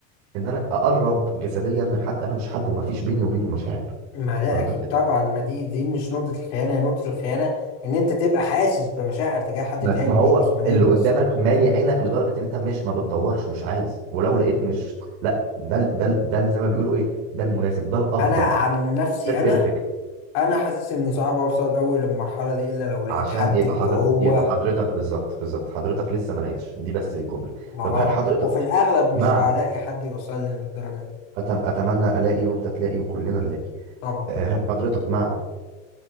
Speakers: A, on the right; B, on the left.
A: ان انا اقرب جسديا من حد انا مش حابه ومفيش بيني وبينه مشاعر
B: ما ده
A: حضرتك
B: اكيد
A: فاهم؟
B: طبعا ما دي دي مش نقطه الخيانه هي نقطه الخيانه ان انت تبقى حاسس بمشاعر تجاه حد
A: ما
B: تاني
A: ما هو
B: مش جسمانيا
A: اللي قدامك
B: بس
A: مالي عينك لدرجه ان انت مش ما بتدورش مش عايز ولو لقيت مش لا ده ال- ده ال- ده ال- زي ما بيقولوا ايه ده المناسب ده الافضل
B: انا عن نفسي
A: ده البرفكت
B: انا انا حاسس اني صعب اوصل قوي للمرحله دي الا لو لقيت
A: عشان
B: حد
A: يبقى
B: اللي
A: حضر
B: هو
A: يبقى حضرتك بالظبط بالظبط حضرتك لسه ما لقيتش دي بس الجمله
B: ما
A: طب
B: اه
A: هل حضرتك
B: وفي الاغلب مش
A: مع
B: هلاقي حد يوصلني للدرجه دي
A: أتم... اتمنى الاقي وانت تلاقي وكلنا نلاقي
B: طبعا
A: آه، هل حضرتك مع